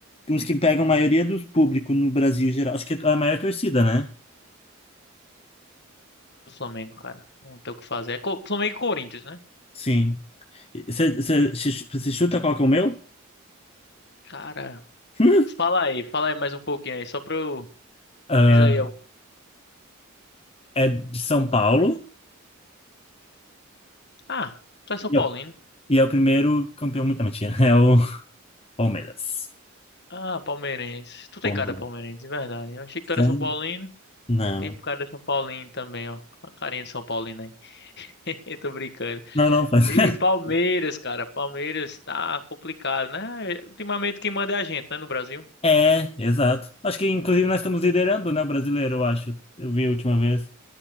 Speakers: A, on the left; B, on the left.
A: uns que pegam a maioria do público no Brasil em geral. Acho que é a maior torcida, né?
B: Do Flamengo, cara. Não tem o que fazer. É Co- Flamengo e Corinthians, né?
A: Sim. Você chuta qual que é o meu?
B: Cara,
A: <laughs>
B: fala aí, fala aí mais um pouquinho aí, só pra eu.
A: Ah,
B: Diz aí. algo.
A: é de São Paulo.
B: Ah, tu é São
A: E
B: Paulo,
A: é o e é o primeiro campeão. Não, mentira, é o Palmeiras.
B: Ah, palmeirense. Tu tem
A: Palmeiras.
B: cara de palmeirense, de verdade. Eu achei que tu era
A: né?
B: São Paulino.
A: Não.
B: Tem cara de São Paulino também, ó. A carinha de São Paulino aí. <laughs> Eu Tô brincando.
A: Não, não faz. <laughs>
B: E Palmeiras, cara. Palmeiras tá complicado, né? Ultimamente quem manda é a gente, né, no Brasil.
A: É, exato. Acho que inclusive nós estamos liderando, né, o brasileiro, eu acho. Eu vi a última vez.